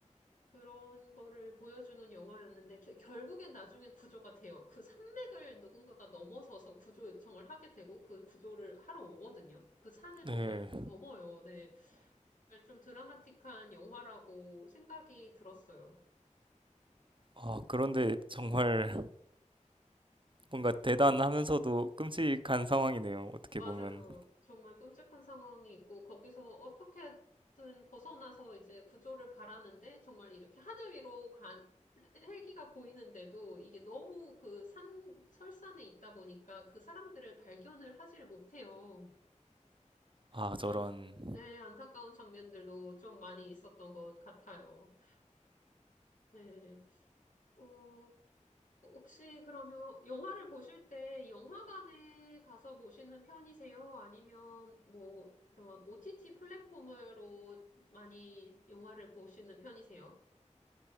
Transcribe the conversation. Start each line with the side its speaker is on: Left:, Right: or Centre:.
Left: 그런 거를 보여주는 영화였는데 겨- 결국엔 나중엔 구조가 돼요. 그 산맥을 누군가가 넘어서서 구조 요청을 하게 되고 그 구조를 하러 오거든요. 그 산을
Right: 네.
Left: 정말 넘어요. 네. 정말 좀 드라마틱한 영화라고 생각이 들었어요.
Right: 아, 그런데 정말 뭔가 대단하면서도 끔찍한 상황이네요. 어떻게
Left: 맞아요.
Right: 보면.
Left: 정말 끔찍한 상황이 있고, 거기서 어떻게든 벗어나서 이제 구조를 바라는데, 정말 이렇게 하늘 위로 간, 헬기가 보이는데도 이게 너무 그 산, 설산에 있다 보니까 그 사람들을 발견을 하질 못해요.
Right: 아,
Left: 그런,
Right: 저런.
Left: 네, 안타까운 장면들도 좀 많이 있었던 것 같아요. 네. 어, 혹시 그러면 영화를 보실 때 영화관에 가서 보시는 편이세요? 아니면 뭐 그런 OTT 플랫폼으로 많이 영화를 보시는 편이세요?